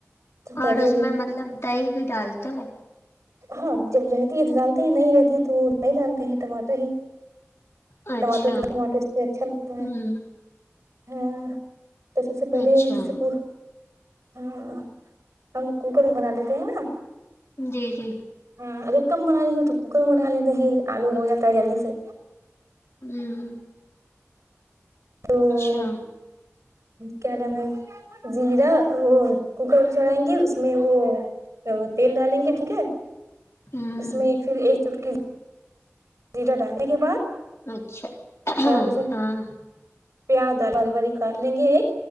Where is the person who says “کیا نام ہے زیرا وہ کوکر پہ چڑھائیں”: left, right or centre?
Right